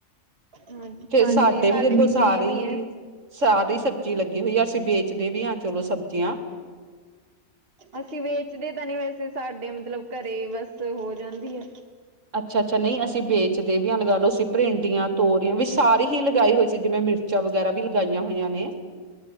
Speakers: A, on the right; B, on the right.
A: ਹਾਂ,
B: ਫੇਰ
A: ਹਾਂਜੀ ਸਾਡੇ
B: ਦੇਖੋ
A: ਵੀ ਸੇਮ
B: ਸਾਰੀ
A: ਹੀ ਹੈ
B: ਸਾਰੀ ਸਬਜ਼ੀ ਲੱਗੀ ਹੋਈ ਆ। ਅਸੀਂ ਵੇਚਦੇ ਵੀ ਹਾਂ ਚਲੋ ਸਬਜ਼ੀਆਂ
A: ਅਸੀਂ ਵੇਚਦੇ ਤਾਂ ਨਹੀਂ, ਵੈਸੇ ਸਾਡੇ ਮਤਲਬ ਘਰੇ ਬਸ ਹੋ ਜਾਂਦੀ ਹੈ
B: ਅੱਛਾ-ਅੱਛਾ ਨਹੀਂ ਅਸੀਂ ਵੇਚਦੇ ਵੀ ਹਾਂ। ਲਗਾ ਲਓ ਸੀ ਭਿੰਡੀਆਂ, ਤੋਰੀਆਂ ਵੀ ਸਾਰੀ ਹੀ ਲਗਾਈ ਹੋਈ ਸੀ ਜਿਵੇਂ ਮਿਰਚ ਮਿਰਚਾ ਵਗੈਰਾ ਵੀ ਲਗਾਈਆਂ ਹੋਈਆਂ ਨੇ